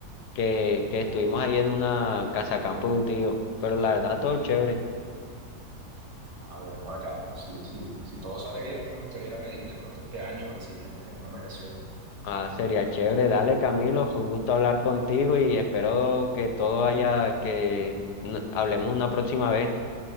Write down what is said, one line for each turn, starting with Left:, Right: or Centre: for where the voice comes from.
Left: que, que estuvimos ahí en una casa campo de un tío, pero la verdad todo chévere.
Right: Ah, bueno, bacano. Sí, sí. Si todo sale bien, a mí me gustaría ir a Medellín de pronto este año o el siguiente, en unas vacaciones.
Left: Ah, sería chévere. Dale, Camilo, fue un gusto hablar contigo y espero que todo haya, que n- hablemos una próxima vez.